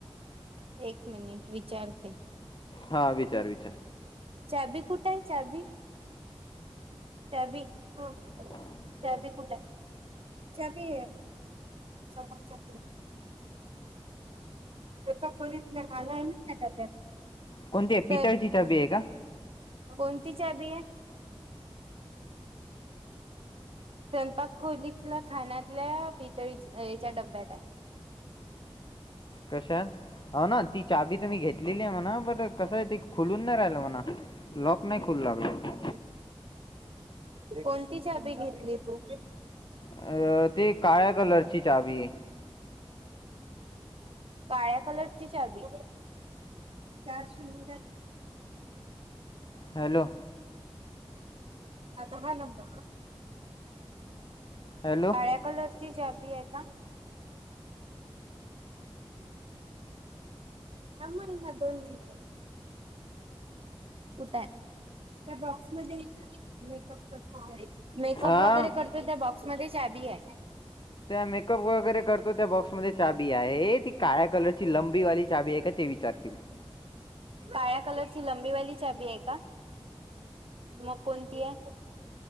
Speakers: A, on the right (about 65°); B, on the left (about 50°).
A: एक मिनिट विचारते.
B: हा विचार - विचार,
A: चवी कुठ आहे चवी. चावी हा.
B: <inaudible>
A: चवी कुठे आहे चवी समोरच्या एका खोलीतला खाला त्या डब्यात
B: कोणती आहे पितळची
A: तर
B: चावी आहे का
A: कोणती चचाबी आहे स्वयंपाक खोलीतल्या खाण्यातल्या पितळीच्या डब्यात आहे
B: कशा हो ना ती चाबी तर मी घेतलेली आहे म्हणा बट कसं आहे ती खुलून नाही राहिलं म्हणा लॉक नाही खुोलू लागला
A: आहे कोणती चाबी घेतली तू
B: अ तेी काळ्या कलरची चावीी आहे
A: काळ्या कलरची चावी चार शून्य
B: हॅलो
A: अता नब
B: ह
A: कलरची जॉबी का हां मग हा दोन मिनिटात उठय त्या बॉक्समध्ये मेकपर मेकअप
B: हां,
A: वगैरे कर तू त्या बॉक्समध्ये चाभी आहे
B: त्या मेकअप वगैरे करतो त्या बॉक्स चाबी आहे ती काळ्या कलरची लंबीवाली चाबी आहे का ते विचारतीला
A: काळ्या कलरची लंबीवाली चाबी आहे का मग कोणती आहे